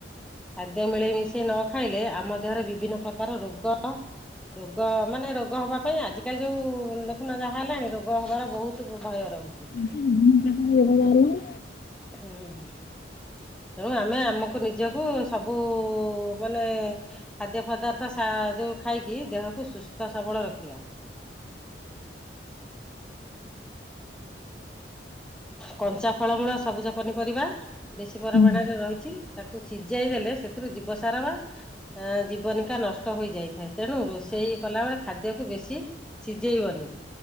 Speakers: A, in the centre; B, on the left.
A: ଖାଦ୍ୟ ମିଳି ମିଶେଇ ନ ଖାଇଲେ ଆମ ଦେହରେ ବିଭିନ୍ନ ପ୍ରକାର ରୋଗ। ରୋଗ ମାନେ ରୋଗ ହବା ପାଇଁ ଆଜିକାଲି ଯୋଉ ଦେଖୁନ ଯାହା ହେଲାଣି ରୋଗ ହବାର ବହୁତୁ। ଭୟ ରହୁଛି
B: ବିଭିନ୍ନ ପ୍ରକାର ରୋଗ ବାହାରିଲାଣି।
A: ହୁଁ। ତେଣୁ ଆମେ ଆମକୁ ନିଜକୁ ସବୁ ମାନେ। ଖାଦ୍ୟ ପଦାର୍ଥ ମା ଯୋଉ ଖାଇକି ଦେହକୁ ସୁସ୍ଥ ସବଳ ରଖିବା। କଞ୍ଚା ଫଳମୂଳ ସବୁଜ ପନିପରିବା ବେଶୀ ପରିମାଣରେ
B: ହୁଁ,
A: ରହିଛି। ତାକୁ ସିଝାଇ ଦେଲେ ସେଥିରୁ ଜୀବସାର ବା ତା ଜୀବନିକା ନଷ୍ଟ ହୋଇଯାଇଥାଏ ତେଣୁ ରୋଷେଇ କଲାବେଳେ ଖାଦ୍ୟକୁ ବେଶୀ ସିଝେଇବନି